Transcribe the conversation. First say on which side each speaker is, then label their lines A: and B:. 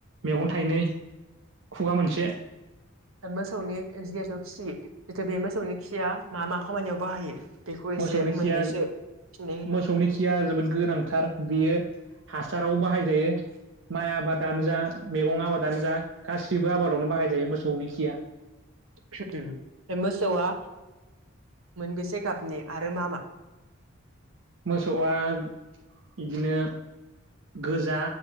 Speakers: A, on the right; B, on the right.
A: मेगन थाइनै खुगा
B: उम
A: मोनसे
B: मोसौनि जिहेथु खि जिहेथु बे मोसौनि खिया मा मा खामानियाव बाहायो बेखौ एसे
A: मोसौनि
B: मोननैसो
A: खिया
B: फिननाय
A: मोसौनि खिया जोबोद गोनांथार बियो हासाराव बाहायजायो माइ आबादानो जा मैगं आबादानो जा गासिबो आबादावनो बाहायजायो मोसौनि खिया
B: <inaudible> ओहोम म बे मोसौआ मोनबेसे गाबनि आरो मा मा <inaudible>
A: मोसौआ बिदिनो गोजा